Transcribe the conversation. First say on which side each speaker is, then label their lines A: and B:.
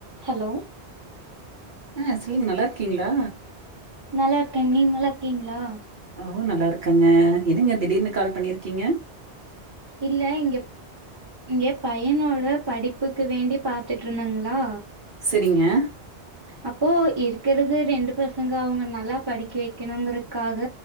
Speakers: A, on the right (about 25°); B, on the right (about 50°).
A: Hello
B: ஆ சொல்லுங்க நல்லாருக்கீங்களா
A: நல்லா இருக்கேங் நீங் நல்லா இருக்கீங்களா
B: ஓ நல்லா இருக்கங்க என்னங்க திடீர்னு கால் பண்ணிருக்கீங்க
A: இல்ல இங்க ப் இங்க பையனோட படிப்புக்கு வேண்டி பாத்துட்ருந்தங்களா
B: சேரிங்க
A: அப்போ இருக்கிறது ரெண்டு பசங்க அவுங்க நல்லா படிக்க வெக்கணுங்கற க்காக